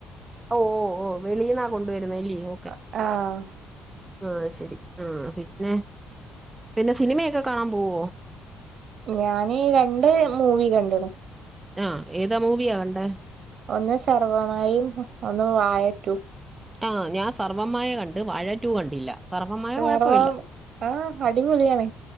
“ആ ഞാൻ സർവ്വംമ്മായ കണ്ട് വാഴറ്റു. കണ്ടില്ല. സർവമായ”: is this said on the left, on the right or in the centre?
Right